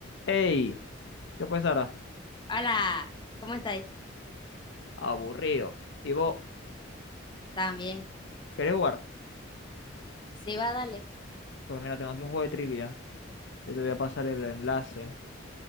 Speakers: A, on the left; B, on the left.
A: Ey, ¿qué pasa ahora?
B: Hola, ¿cómo estáis?
A: Aburrido. ¿Y vos
B: También.
A: querés jugar?
B: Sí, va, dale.
A: Pues mira, tengo aquí un juego de trivia. Yo te voy a pasar el enlace.